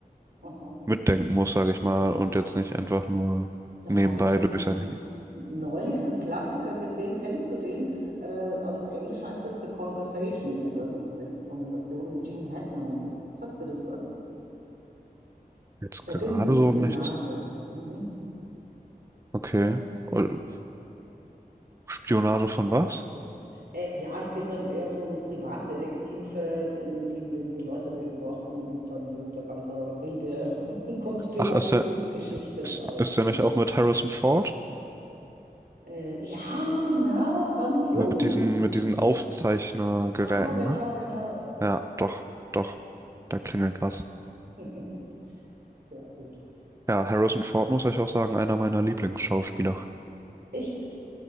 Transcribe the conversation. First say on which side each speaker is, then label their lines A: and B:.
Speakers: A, on the right; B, on the right.
A: aha.
B: mitdenken muss, sage ich mal, und jetzt
A: Da,
B: nicht einfach nur
A: habe
B: nebenbei
A: ich n-
B: durch sein Handy.
A: neulich so einen Klassiker gesehen, kennst du den? Äh, also auf Englisch heißt das The Conversation, ich weiß nicht, vielleicht die Konversation mit Gene Hackman. Sagt dir das was?
B: Jetzt
A: Da
B: gerade
A: ging es um Spionage.
B: so nichts.
A: Mhm.
B: Okay.
A: Ne?
B: Und Spionage von was?
A: Äh, ja, es geht dann eher so um Privatdetektive, die, die irgendwie Leute beobachten und dann wird da ganz eine wilde <laughs> Konspirationsgeschichte
B: Ach, ist der,
A: draus,
B: ist, ist
A: genau.
B: der nicht auch mit Harrison Ford?
A: Äh, ja, genau, ganz jung.
B: Mit diesen, mit diesen Aufzeichnergeräten,
A: Ja, genau,
B: ne?
A: genau.
B: Ja, doch, doch, da klingelt was.
A: <laughs> Sehr gut.
B: Ja, Harrison Ford muss ich auch sagen, einer meiner Lieblingsschauspieler.
A: Echt?